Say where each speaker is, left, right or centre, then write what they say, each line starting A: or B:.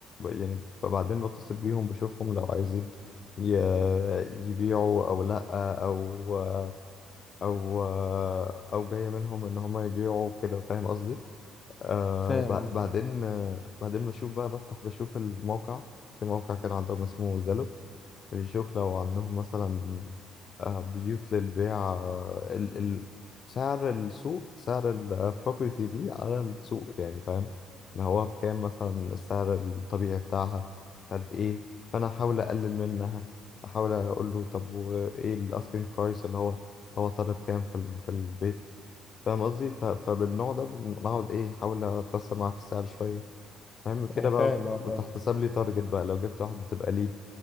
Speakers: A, on the left; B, on the left.
A: يعني فبعدين بتصل بيهم بشوفهم لو عايزين ي... يبيعوا او لا او او او جاية منهم ان هما يبيعوا كده فاهم قصدي آه
B: فاهم
A: بع-
B: اه
A: بعدين آه بعدين بشوف بقى بفتح بشوف الموقع في موقع كان عندهم اسمه زلو بنشوف لو عندهم مثلا آه بيوت للبيع آه ال ال سعر السوق سعر البروبرتي دي على السوق يعني فاهم ان هو بكام مثلا السعر الطبيعي بتاعها مش عارف ايه فانا احاول اقلل منها احاول اقول له طب وايه الاسكينج برايس اللي هو هو طالب كام في ال- في البيت فاهم قصدي ف... فبالنوع ده بنقعد ايه احاول اكسر معاه في السعر شويه فاهم كده
B: انا
A: بقى
B: فاهم اه
A: وتحتسب
B: فاهم
A: لي تارجت بقى لو جبت واحده تبقى ليد